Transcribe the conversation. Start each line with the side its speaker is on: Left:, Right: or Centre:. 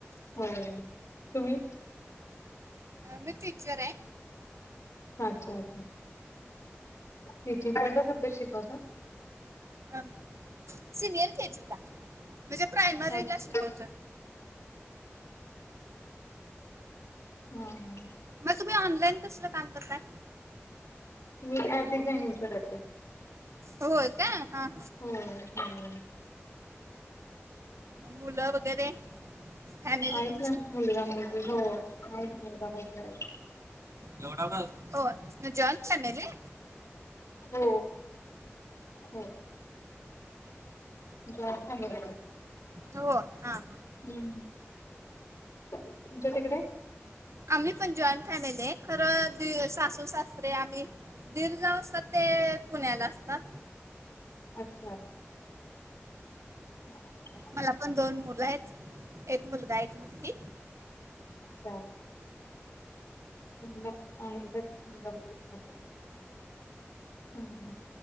Left: हो. तुम्ही?
Right: मी टीचर आहे.
Left: अच्छा. टीचिंग कोणता सब्जेक्ट शिकवता?
Right: हा सिनियर केजी ला. म्हणजे प्रायमरीला
Left: अच्छा
Right: शिकवतो?
Left: हम्म हम्म.
Right: मग तुम्ही ऑनलाईन कसलं काम करताय?
Left: मी ॲप डिझाईनिंग करते.
Right: होय का हा.
Left: हो हो.
Right: मुलं वगैरे. फॅमिली
Left: आहेतच
Right: तुमची
Left: ना मुलगा मुलगी हो नाही ना मुलगा मुलगी आहे.
Right: वढ हो ना जॉईन फॅमिली.
Left: हो हो. दवाखाना.
Right: हो हा.
Left: हम्म. तुमच्या तिकडे?
Right: आम्ही पण जॉईंट फॅमिली आहे खरं सासू सासरे आम्ही. देर जाऊ सध्या ते पुण्याला असतात.
Left: अच्छा. <unintelligible>
Right: मला पण दोन मुलं आहेत. एक मुलगा आहेत मुलगी.
Left: अच्छा. <inaudible> हम्म हम्म